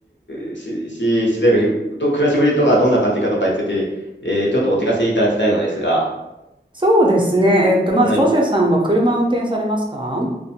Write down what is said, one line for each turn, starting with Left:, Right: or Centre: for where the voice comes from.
Left: にし、し、してる、ど、暮らしぶりとかどんな感じかとかについて、えーちょっとお聞かせいただきたいのですが、
Right: そうですね。えっと、まず、
Left: はい。
Right: トシヤさんは車運転されますか